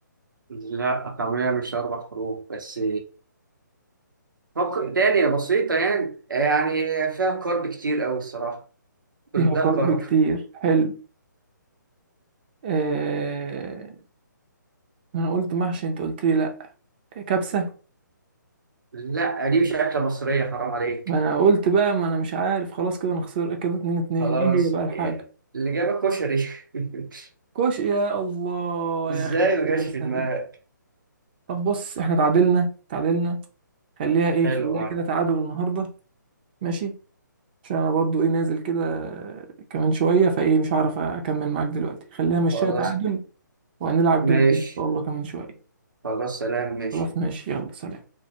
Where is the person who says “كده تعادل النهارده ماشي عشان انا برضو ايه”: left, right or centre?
Right